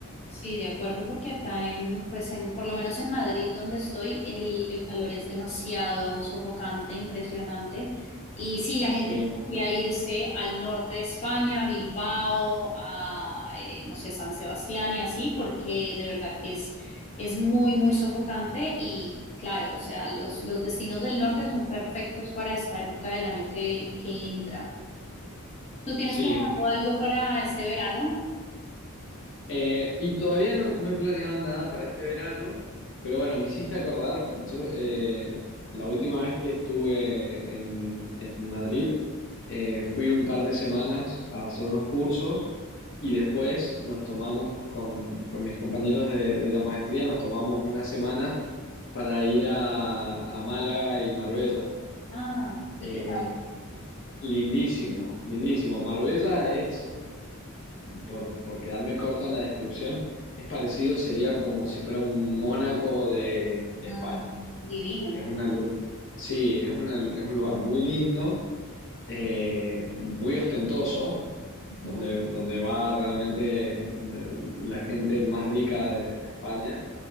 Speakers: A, on the left (about 30°); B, on the left (about 60°).
A: Sí, de acuerdo, porque acá en, pues en, por lo menos en Madrid, donde estoy, el, el calor es demasiado sofocante, impresionante. Y sí, la
B: Sí,
A: gente tiende a irse al norte de España, a Bilbao, a, eh, no sé, San Sebastián y así, porque de verdad que es, es muy, muy sofocante. Y claro, o sea, los, los destinos del norte son perfectos para esta época del año que, que entra. ¿Tú tienes
B: sí.
A: planeado algo para este verano?
B: Eh, y todavía no, no he planeado nada para este verano, pero bueno, me hiciste acordar, yo, eh, la última vez que estuve en, en Madrid, eh, fui un par de semanas a hacer unos cursos y después nos tomamos con, con mis compañeros de, de la maestría, nos tomamos una semana para ir a, a Málaga y Marbella.
A: Ah, ¿y
B: Eh,
A: qué tal?
B: lindísimo, lindísimo. Marbella es por, por quedarme corto en la descripción, es parecido, sería como si fuera un Mónaco de, de
A: Mm,
B: España.
A: divino.
B: Es una, lu- sí, es una, es un lugar muy lindo, eh, muy ostentoso,
A: Ujú.
B: donde, donde va realmente la, la gente más rica de, de España.